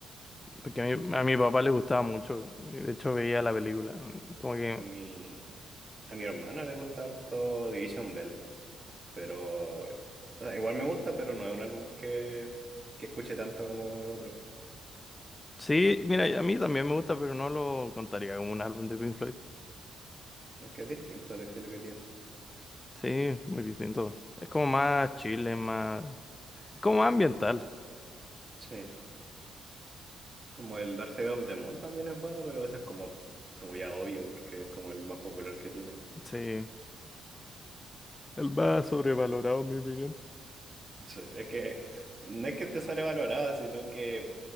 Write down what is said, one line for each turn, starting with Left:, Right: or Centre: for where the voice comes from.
Left: porque a mi, a mi papá le gustaba mucho. y De hecho, veía la película. Mm, Como que
Right: A mi, a mi hermana le gusta harto Division Bell. Pero, o sea, igual me gusta, pero no es un álbum que, que escuche tanto como el otro.
Left: Sí, mira, a mí también me gusta, pero no lo contaría como un álbum de Pink Floyd.
Right: Es que es distinto el estilo que tiene.
Left: Sí, muy distinto. Es como más chile, más... Es como más ambiental.
Right: Sí. Como el Dark Side of the Moon también es bueno, pero ese es como, como ya obvio, porque es como el más popular que tiene.
Left: Sí. El más sobrevalorado, en mi opinión.
Right: Sí, es que no es que esté sobrevalorado, sino que